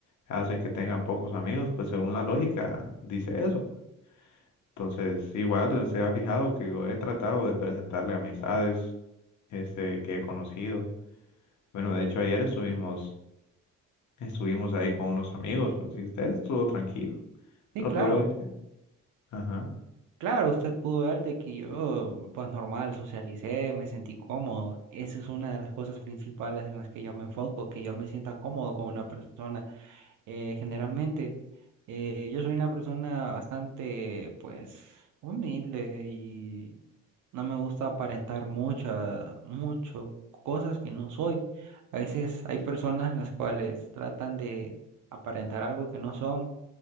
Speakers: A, on the left; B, on the right.
A: hace que tenga pocos amigos, pues según la lógica dice eso. Entonces, igual si usted ha fijado que yo he tratado de presentarle amistades este, que he conocido. Bueno, de hecho ayer estuvimos, estuvimos ahí con unos amigos, pues y usted estuvo tranquilo. Es
B: Sí,
A: lo
B: claro,
A: que voy a decir. Ajá.
B: claro, usted pudo ver de que yo, pues normal, socialicé, me sentí cómodo. Esa es una de las cosas principales en las que yo me enfoco, que yo me sienta cómodo con una persona eh, generalmente. Eh, yo soy una persona bastante, pues, humilde y no me gusta aparentar mucha, mucho cosas que no soy. A veces hay personas las cuales tratan de aparentar algo que no son